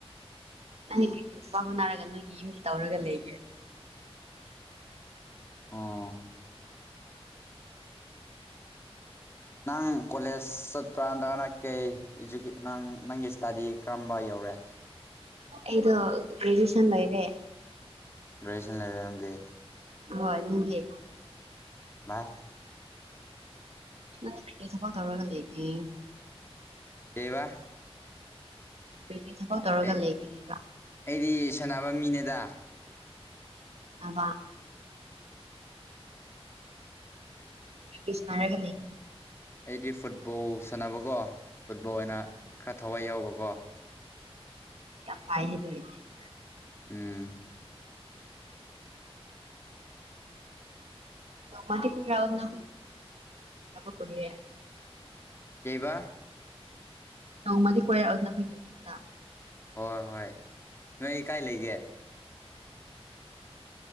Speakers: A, on the right (about 80°); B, on the left (about 25°).
A: ꯅꯪꯗꯤ ꯀ꯭ꯔꯤ ꯀ꯭ꯔꯤ ꯊꯕꯛ ꯍꯣꯠꯅꯔꯒ ꯅꯣꯏꯒꯤ ꯌꯨꯝꯒꯤ ꯇꯧꯔꯒ ꯂꯩꯒꯦ
B: ꯑꯣ ꯅꯪ ꯀꯣꯂꯦꯖ ꯆꯠꯄ꯭ꯔꯥ ꯅꯠꯇ꯭ꯔꯒꯅ ꯀꯩ ꯏꯖꯨ ꯅꯪ ꯅꯪꯒꯤ ꯏꯁꯇꯥꯗꯤ ꯀꯔꯝꯕ ꯌꯧ ꯔꯦ
A: ꯑꯩꯗꯣ ꯒ꯭ꯔꯦꯖꯨꯌꯦꯁꯟ ꯂꯣꯏꯔꯦ
B: ꯒ꯭ꯔꯦꯖꯨꯌꯦꯁꯟ ꯂꯣꯏꯔꯦ ꯅꯪꯗꯤ
A: ꯍꯣꯏ ꯅꯪꯗꯤ
B: ꯃꯥ
A: ꯅꯪꯗꯤ ꯀ꯭ꯔꯤ ꯊꯕꯛ ꯇꯧꯔꯒ ꯂꯩꯒꯦ
B: ꯀꯩꯕꯥ
A: ꯀꯔꯤ ꯀꯔꯤ ꯊꯕꯛ ꯇꯧꯔꯒ
B: ꯑꯩ
A: ꯂꯩꯒꯦ ꯍꯥꯏꯕ
B: ꯑꯩꯗꯤ ꯁꯥꯟꯅꯕ ꯃꯤꯅꯦꯗꯥ
A: ꯅꯕꯥ ꯀꯩ ꯀꯩ ꯁꯥꯅꯔꯒ ꯂꯩ
B: ꯑꯩꯗꯤ ꯐꯨꯠꯕꯣꯜ ꯁꯥꯟꯅꯕꯀꯣ ꯐꯨꯠꯕꯣꯜ ꯑꯣꯏꯅ ꯈꯔ ꯊꯋꯥꯏ ꯌꯥꯎꯕꯀꯣ
A: ꯌꯥꯝ ꯐꯩ ꯑꯗꯨ ꯑꯣꯏꯔꯗꯤ
B: ꯎꯝ <inaudible>
A: ꯅꯣꯡꯃꯗꯤ ꯀꯣꯢꯔꯛꯎꯗꯅ <unintelligible>
B: ꯀꯩꯕꯥ
A: ꯅꯣꯡꯃꯗꯤ ꯀꯣꯏꯔꯛꯎꯗꯅ ꯑꯩꯈꯣꯏꯒꯤ ꯌꯨꯝꯗ
B: ꯍꯣꯏ ꯍꯣꯏ ꯅꯣꯏ ꯀꯥꯏ ꯂꯩꯒꯦ